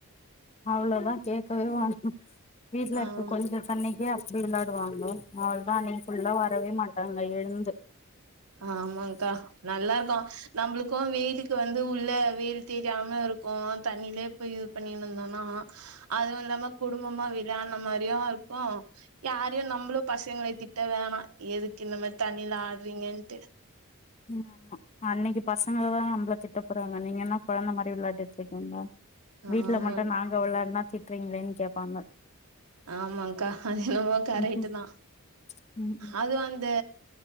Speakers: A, on the left; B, on the right.
A: அவுளோதா கேக்கவே வேணா வீட்ல
B: ஆ
A: இருக்க கொஞ்ச தண்ணிக்கே அ ப்டி விளாடுவாங்க அவுள்தா இன்னைக்கு ஃபுல்லா வரவே மாட்டாங்க எழ்ந்து
B: ஆமாங்க்கா நல்லதா நம்ளுக்கு வெயிலுக்கு வந்து உள்ள வெயில் தெரியாம இருக்கு தண்ணிலே இப்ப இது பண்ணின்வந்தோனா அதூ இல்லாம குடும்பமா விளாட்ன மாரியு இருக்கு யாரையு நம்புளு பசங்களை திட்ட வேணா எதுக்கு இந்த மாரி தண்ணில ஆட்றீங்கன்ட்டு
A: இது ஆமா அன்னைக்கு பசங்களதா நம்ள திட்ட போறாங்க நீங்க என்ன கொழந்த மாரி விளாடிட்ருக்கீங்க வீட்ல
B: ஆமா
A: மட்டு நாங்க விளாட்னா திட்றீங்குளேன் கேப்பாங்க
B: ஆமாங்க்கா அது என்னமோ கரைட்டுதா
A: ம் ம்
B: அது வந் து